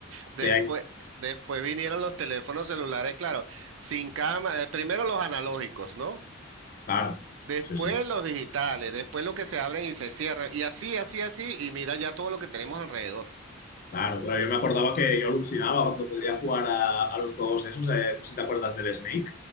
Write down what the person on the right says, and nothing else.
después,
después vinieron los teléfonos celulares, claro, sin cámara, eh, primero los analógicos, ¿no?
Después
los digitales, después los que se abren y se cierran, y así, así, así, y mira ya todo lo que tenemos alrededor.